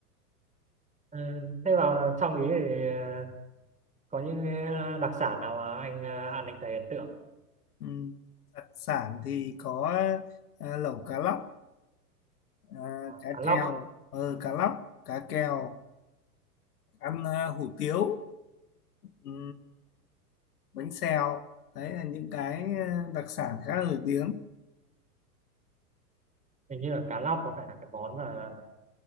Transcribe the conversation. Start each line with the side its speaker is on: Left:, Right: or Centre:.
Right: Ừ, thế vào trong ý thì ờ, có những cái đặc sản nào mà anh ờ, ăn anh thấy ấn tượng
Left: ừ. đặc sản thì có à, lẩu cá lóc à,
Right: À,
Left: cá
Right: cá lóc
Left: kèo
Right: á.
Left: ờ, cá lóc cá kèo ăn à, hủ tiếu ừ, bánh xèo đấy là những cái à, đặc sản khá nổi tiếng
Right: hình như là cá lóc có phải là cái món mà